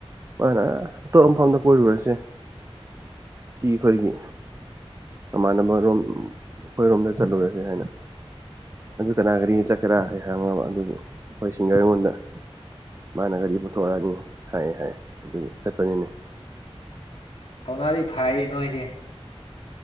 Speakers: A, on the right (about 25°); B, on the left (about 70°).
A: ꯃꯥꯅ ꯑꯇꯣꯞꯄ ꯃꯐꯝꯗ ꯀꯣꯏꯔꯨꯔꯁꯤ ꯆꯤ ꯍꯣꯏꯒꯤ ꯃꯃꯥꯟꯅꯕ ꯔꯣꯝ ꯑꯩꯈꯣꯏꯔꯣꯝꯗ ꯆꯠꯂꯨꯔꯁꯤ ꯍꯥꯏꯅ ꯑꯗꯨ ꯀꯅꯥ ꯀꯔꯤ ꯆꯠꯀꯦꯔꯥ ꯑꯩ ꯍꯪꯉꯕ ꯑꯗꯨꯒꯤ ꯑꯩꯈꯣꯏ ꯁꯤꯡꯒꯔ ꯑꯩꯉꯣꯟꯗ ꯃꯥꯅ ꯒꯥꯔꯤ ꯄꯨꯊꯣꯔꯛꯑꯅꯤ ꯍꯥꯏꯌꯦ ꯍꯥꯏ ꯑꯗꯨꯒꯤ ꯆꯠꯄꯅꯤꯅꯦ
B: ꯊꯧꯅꯥꯗꯤ ꯐꯥꯏꯌꯦ ꯅꯣꯏꯁꯦ